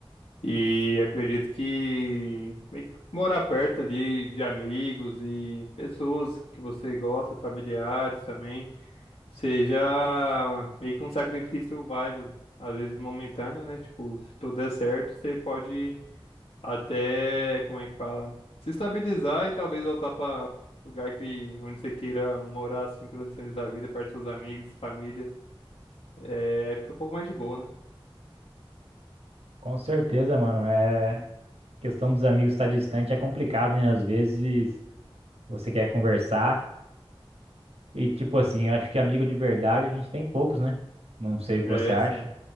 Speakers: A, on the left (about 90°); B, on the right (about 85°).
A: e acredito que meio que morar perto ali de amigos e pessoas que você gosta, familiares também. Seja meio que um sacrifício válido, às vezes momentâneo, né? Tipo, se tudo der certo, você pode até, como é que fala? Se estabilizar e talvez voltar para lugar que onde você queira morar, assim, pelo restante da vida, perto dos seus amigos, família. É, aí fica um pouco mais de boa, né?
B: Com certeza, mano. é, questão dos amigos estar distante é complicado, né? Às vezes você quer conversar e, tipo assim, eu acho que amigo de verdade a gente tem poucos, né? Não sei o que
A: É,
B: você acha.
A: assim,